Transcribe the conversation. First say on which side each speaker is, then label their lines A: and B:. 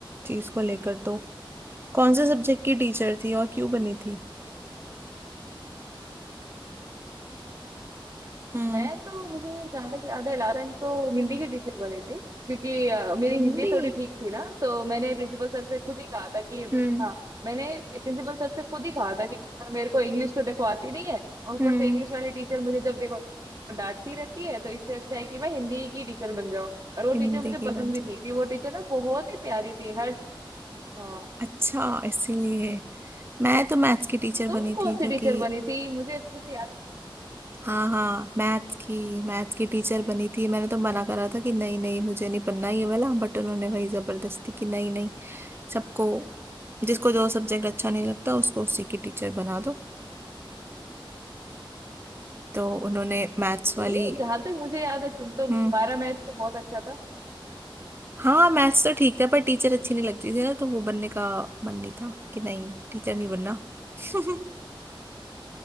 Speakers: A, on the right; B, on the right.
A: चीज को लेकर तो कौन से सब्जेक्ट की टीचर थी और क्यों बनी थी हम्म
B: मैं तो मुझे जहाँ तक याद है लास्ट टाइम तो हिंदी की टीचर बनी थी क्योंकि अ, मेरी
A: हिंदी
B: हिंदी थोड़ी ठीक थी ना तो मैंने प्रिंसिपल सर से खुद ही कहा था कि
A: हम्म
B: हाँ मैंने प्रिंसिपल सर से खुद ही कहा था कि "सर, मेरे को इंग्लिश तो देखो आती नहीं है और ऊपर
A: हम्म
B: से इंग्लिश वाली टीचर मुझे जब देखो डांटती रहती है तो इससे अच्छा है कि मैं हिंदी की टीचर बन जाऊँ और वो
A: हिंदी
B: टीचर मुझे
A: की
B: पसंद
A: बन
B: भी थी क्योंकि वो टीचर ना बहुत ही प्यारी थी हर हाँ
A: अच्छा इसीलिए मैं तो मैथ्स की टीचर
B: तुम
A: बनी
B: कौन
A: थी क्योंकि
B: सी टीचर बनी थी मुझे अच्छे से याद
A: हाँ हाँ मैथ की मैथ की टीचर बनी थी मैंने तो मना करा था कि नहीं नहीं मुझे नहीं पढ़ना ये वाला बट उन्होंने वही जबरदस्ती की नहीं नहीं सबको जिसको जो सब्जेक्ट अच्छा नहीं लगता उसको उसी की टीचर बना दो तो उन्होंने मैथ्स वाली
B: नहीं जहां तक मुझे याद है तुम तो
A: हम्म
B: तुम्हारा मैथ तो बहुत अच्छा था
A: हाँ मैथ्स तो ठीक था पर टीचर अच्छी नहीं लगती थी ना तो वो बनने का मन नहीं था कि नहीं टीचर नहीं बनना <laughs>